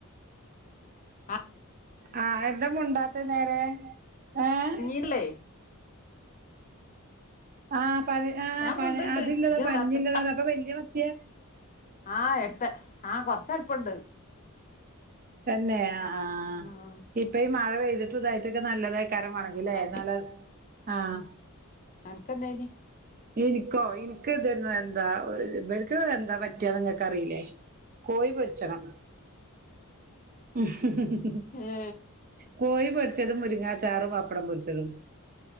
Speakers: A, on the left; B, on the right.
A: ആ
B: ആഹ് എന്താ മുണ്ടാത്ത് നേരെ ഏഹ്.
A: ഇല്ലെ.
B: ആഹ് പ ആഹ്
A: ഞാൻ
B: പ
A: മുണ്ട്ണ്ട്
B: അതില്ലതാ
A: ഇജ്ജ
B: പഞ്ഞിൻല്ലതാ
A: ഇടാത്തെ
B: അപ്പൊ വല്യ മത്തിയാ.
A: ആഹ് എടുത്ത് ആഹ കൊറച്ച് വലുപ്പംണ്ട്.
B: തന്നെയ ആഹ്
A: ഉം
B: ഇപ്പൊ ഈ മഴ പെയ്തിട്ട് ഇതായിട്ടൊക്കെ നല്ലതായി. യികരം വണങ്കിൽല്ലേ
A: അനക്ക്
B: നല്ല ആഹ്.
A: അനക്ക് എന്തായിനി
B: എനിക്കോ ഇനിക്ക് ഇതന്നെ എന്താ ഇവർക്ക് എന്താ പറ്റിയന്ന് നിങ്ങക്ക് അറിയില്ലേ? കോഴി പൊരിച്ചണം ഹ് ഹ്
A: ഏ
B: കോഴിപൊരിച്ചതും മുരിങ്ങാ ചാറും പപ്പടം പൊരിച്ചതും.